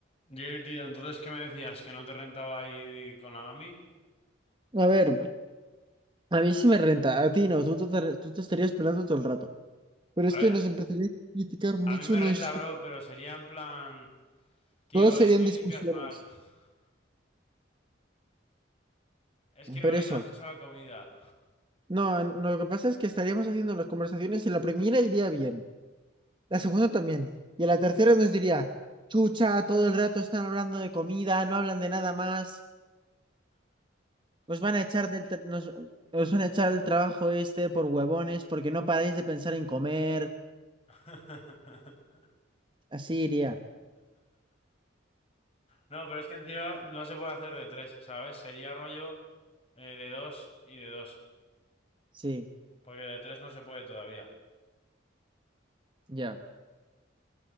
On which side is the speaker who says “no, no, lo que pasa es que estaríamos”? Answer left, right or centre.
Right